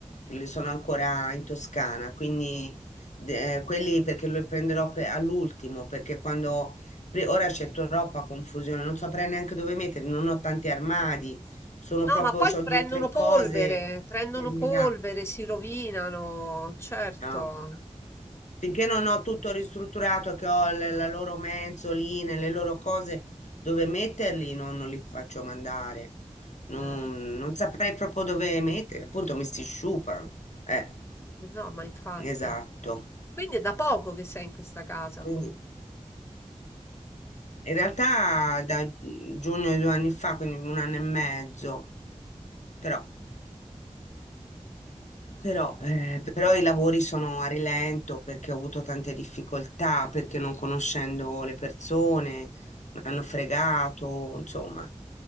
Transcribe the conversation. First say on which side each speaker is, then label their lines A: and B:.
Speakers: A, on the left; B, on the left.
A: li sono ancora in Toscana, quindi de- eh, quelli perché li prenderò pe- all'ultimo, perché quando pre- ora c'è troppa confusione, non saprei neanche dove metterli, non ho tanti armadi, sono
B: No,
A: proprio,
B: ma poi
A: ho
B: prendono
A: due o tre
B: polvere,
A: cose
B: prendono
A: terminate.
B: polvere, si rovinano, certo,
A: no? Finché non ho tutto ristrutturato, che ho le- la loro mensoline, le loro cose dove metterli, non, non li faccio mandare. Non,
B: certo.
A: non saprei proprio dove metterli, appunto mi si sciupano. Eh,
B: No, ma infatti.
A: esatto.
B: Quindi è da poco che sei in questa casa
A: Quindi
B: tu.
A: in realtà da mm, giugno di due anni fa, quindi un anno e mezzo, però Però, eh, però i lavori sono a rilento perché ho avuto tante difficoltà, perché non conoscendo le persone mi hanno fregato, insomma,